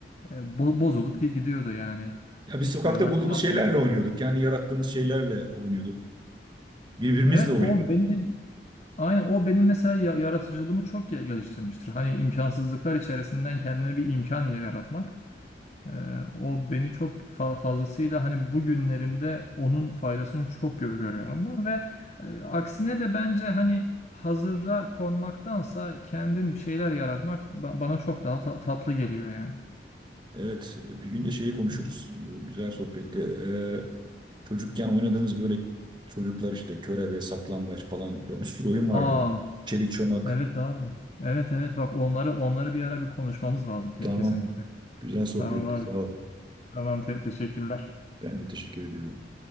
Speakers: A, on the left (about 40°); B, on the right (about 25°).
A: e, bo- bozulup gi- gidiyordu yani.
B: Ya biz
A: Hiç
B: sokakta
A: böyle
B: bulduğumuz
A: kalmıyordu.
B: şeylerle oynuyorduk. Kendi yarattığımız şeylerle oynuyorduk. Birbirimizle
A: Evet
B: oynuyorduk.
A: o benim aynen o benim mesela ya- yaratıcılığımı çok gel- geliştirmiştir. Hani imkansızlıklar içerisinden kendime bir imkan yaratmak. Ee, o beni çok fa- fazlasıyla hani bugünlerimde onun faydasını çok gö- görüyorum ben ve e, aksine de bence hani hazıra konmaktansa kendin bir şeyler yaratmak ba- bana çok daha ta- tatlı geliyor yani.
B: Evet, bir gün de şeyi konuşuruz.
A: Hı.
B: Bu güzel sohbette. Ee, çocukken oynadığımız böyle çocuklar işte körebe, saklambaç falan bir sürü oyun vardı.
A: Aa,
B: Çelik çomak.
A: evet abi. Evet evet bak onları onları bir ara bir konuşmamız lazım ke-
B: Tamam.
A: kesinlikle.
B: Güzel sohbetti.
A: Tamam abi.
B: Sağ ol.
A: Tamam te- teşekkürler.
B: Ben de teşekkür ediyorum.